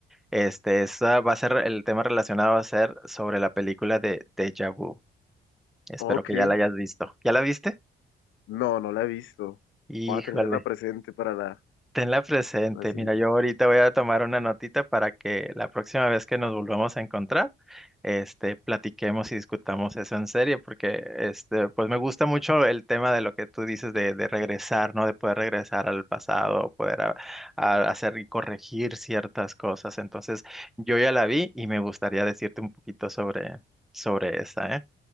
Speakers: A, in the centre; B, on the left.
A: Este, esa va a ser el tema relacionado va a ser sobre la película de Deja Vu. Espero
B: Ok,
A: que ya la hayas visto. ¿Ya la viste?
B: no, no la he visto.
A: Híjole.
B: Voy a tenerla presente para la,
A: Tenla presente.
B: la
A: Mira, yo ahorita voy a tomar una notita para que la próxima vez que nos volvamos a encontrar, este, platiquemos y discutamos eso en serio, porque este, pues me gusta mucho el tema de lo que tú dices de, de regresar, ¿no? De poder regresar al pasado, poder a- a hacer y corregir ciertas cosas. Entonces, yo ya la vi y me gustaría decirte un poquito sobre, sobre esa, ¿eh?